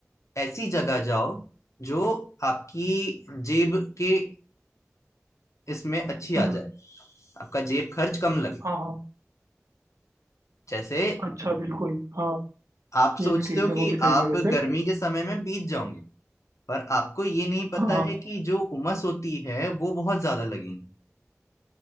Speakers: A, on the left; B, on the right.
A: ऐसी जगह जाओ जो आपकी जेब के इसमें अच्छी आ
B: हम्म,
A: जाए आपका जेब खर्च कम लगे
B: हाँ हाँ
A: जैसे
B: अच्छा बिल्कुल हाँ
A: आप
B: ये
A: सोचते
B: भी ठीक
A: हो
B: है वो
A: कि
B: भी सही
A: आप
B: है वैसे
A: गर्मी के समय में बीत जाओगे पर आपको ये नहीं पता
B: हाँ हाँ
A: है कि जो उमस होती है वो बहुत ज्यादा लगेगी